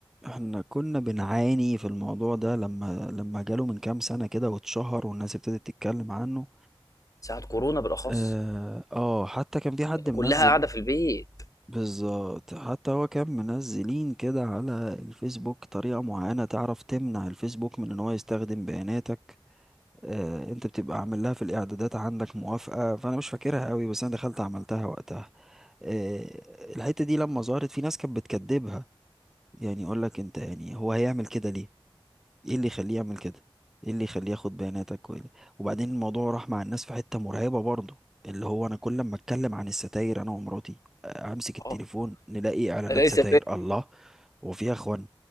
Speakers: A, in the centre; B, on the left (about 35°).
A: احنا كنا بنعاني في الموضوع ده لما لما جاله من كام سنة كده واتشهر والناس ابتدت تتكلم عنه
B: ساعة كورونا بالاخص
A: اه آه، حتى كان في حد منزل
B: كلها قاعده في البيت
A: بالظبط حتى هو كان منزلين كده على الفيسبوك طريقة معينة تعرف تمنع الفيسبوك من ان هو يستخدم بياناتك آه انت بتبقى عامل لها في الاعدادات عندك موافقة فانا مش فاكرها قوي بس انا دخلت عملتها وقتها آه، الحتة دي لما ظهرت في ناس كانت بتكدبها يعني يقول لك انت يعني هو هيعمل كده ليه ايه اللي يخليه يعمل كده ايه اللي يخليه ياخد بياناتك وإيه اللي- وبعدين الموضوع راح مع الناس في حتة مرعبة برضه اللي هو انا كل ما اتكلم عن الستاير انا ومراتي آه، امسك التليفون
B: اه
A: نلاقي اعلانات
B: ليس
A: ستاير الله وفيها اخوان